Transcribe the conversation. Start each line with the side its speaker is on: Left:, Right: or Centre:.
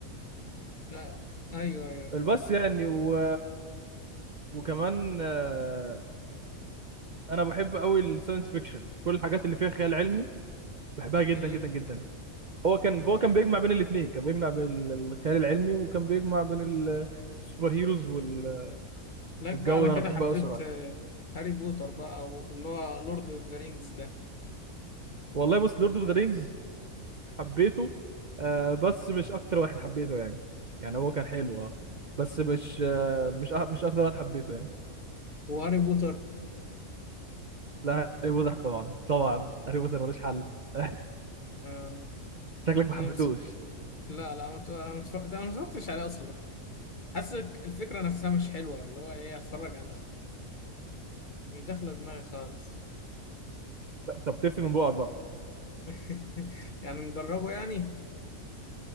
Left: لا ايوه ايوه
Right: بس
Left: فاهم
Right: يعني و... وكمان آه انا بحب قوي الساينس فيكشن كل الحاجات اللي فيها خيال علمي بحبها جدا
Left: امم
Right: جدا جدا هو كان هو كان بيجمع بين الاثنين كان بيجمع بين ال- الخيال العلمي وكان بيجمع بين ال- السوبر هيروز وال...
Left: لك
Right: والجو
Left: بقى على
Right: ده
Left: كده
Right: انا بحبه
Left: حبيت
Right: قوي صراحه
Left: آه، هاري بوتر بقى او اللي هو لورد اوف ذا رينجز ده
Right: والله بص لورد اوف ذا رينجز حبيته آه بس مش اكتر واحد حبيته يعني يعني هو كان حلو اه بس مش آه مش أ- مش اكتر واحد حبيته يعني
Left: وهاري بوتر
Right: لا هاري بوتر طبعا طبعا هاري بوتر ملوش حل <laughs>
Left: آه
Right: شكلك
Left: انا
Right: ما حبيتوش
Left: بس... لا لا أنا مت- أنا متف- أنا ما اتفرجتش عليه اصلا حاسس الفكره نفسها مش حلوه اللي هو ايه اتفرج على مش داخله دماغي خالص
Right: طب تفهم من بقك بقى
Left: <laughs> يعني نجربه يعني